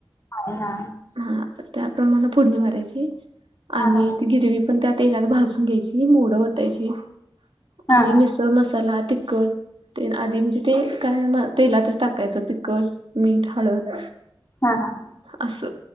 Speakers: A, on the left (about 30°); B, on the right (about 80°).
A: हाव ना
B: हा त्याप्रमाणे फोडणी मारायची आणि
A: हा
B: ती गिरवी पण त्या तेलात भाजून घ्यायची मोडं वतायची आणि
A: हा हा
B: मिसळ मसाला तिखट ते आधी म्हणजे ते काय म तेलात टाकायचं तिखट मीठ हळद
A: हा हा
B: अस